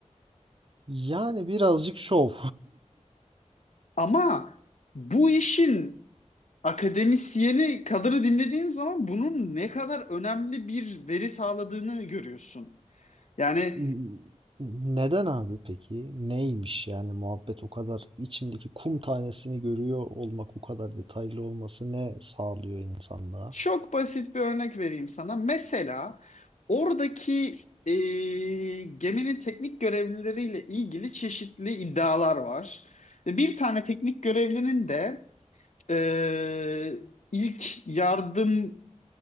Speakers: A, on the right (about 45°); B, on the left (about 70°).
A: Yani birazcık şov.
B: Ama bu işin akademisyeni kadını dinlediğin zaman bunun ne kadar önemli bir veri sağladığını görüyorsun. Yani
A: <laughs> Neden abi peki? Neymiş yani muhabbet o kadar içindeki kum tanesini görüyor olmak bu kadar detaylı olması ne sağlıyor insanlığa?
B: çok basit bir örnek vereyim sana. Mesela oradaki e, geminin teknik görevlileriyle ilgili çeşitli iddialar var. Ve Bir tane teknik görevlinin de Ee, ilk yardım